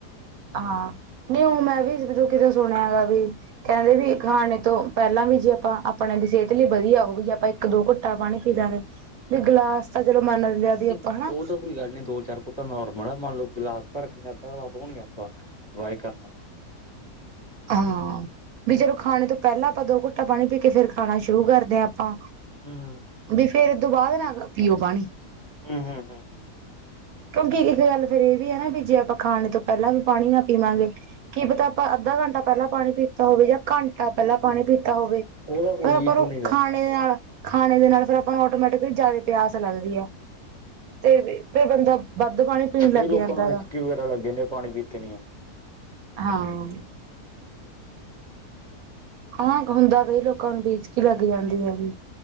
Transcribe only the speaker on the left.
ਨਹੀਂ
ਉਹ ਤਾਂ ਕੋਈ ਗੱਲ ਨੀ ਦੋ-ਚਾਰ ਕੁਟਾ ਨੋਰਮਲ ਆ, ਮੰਨ ਲਓ ਗਿਲਾਸ ਭਰ ਕੇ ਅੱਧਾ ਗਲਾਸ‌ ਨੀ ਆਪਾਂ ਵਾਏ ਕਰਨਾ।
ਹੂੰ
ਹੂੰ-ਹੂੰ- ਹੂੰ-ਹੂੰ।
ਉਹਦਾ ਕੋਈ
ਇਸ਼ੂ
ਨੀ ਗਾ
ਕਈ ਲੋਕਾਂ
ਨੂੰ
ਹਿਚਕੀ ਵਗੈਰਾ ਲੱਗ ਜਾਂਦੀ ਪਾਣੀ ਪੀਤੇ ਨੀ
<unintelligible>
ਆਂਦਾ